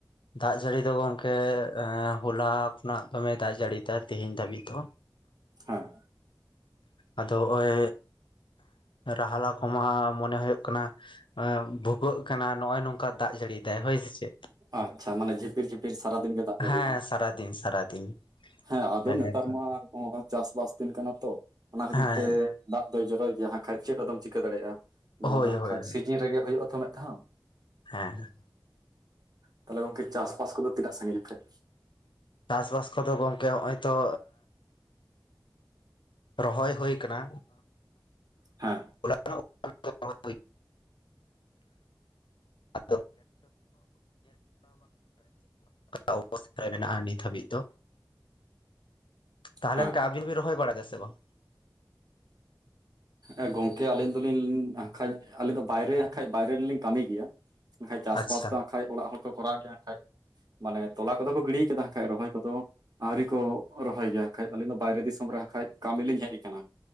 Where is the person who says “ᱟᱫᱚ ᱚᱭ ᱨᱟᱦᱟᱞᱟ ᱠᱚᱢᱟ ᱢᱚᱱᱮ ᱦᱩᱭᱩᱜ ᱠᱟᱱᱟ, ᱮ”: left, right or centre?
Left